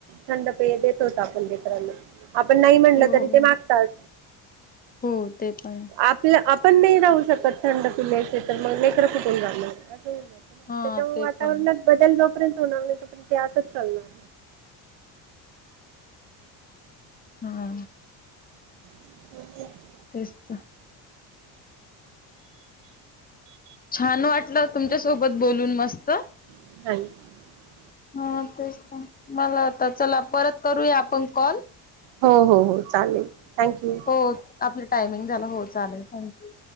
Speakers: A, on the right; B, on the left.
A: थंड पेय देतोच आपण लेकरांना. आपण नाही म्हणलं
B: हो
A: तरी
B: हो
A: ते मागतात
B: हो ते पण आहे
A: आपलं. पण नाही राहू शकत थंड पिल्ल्यायचे तर मग नाही तर कुठून जाऊ शकतात.
B: हा
A: त्यामुळे
B: ते
A: वातावरणात
B: पण आहे
A: बदल. तोपर्यंत होणार नाही तोपर्यंत ते आसच चालणार.
B: हा
A: <unintelligible>
B: तेच तर. छान वाटलं तुमच्या सोबत बोलून मस्त.
A: <unintelligible>
B: हा तेच मला आता चला परत करूया आपण कॉल.
A: हो हो हो चालेल. थँक्यू.
B: हो आपलं टायमिंग झाला हो चालेल थँक्यू.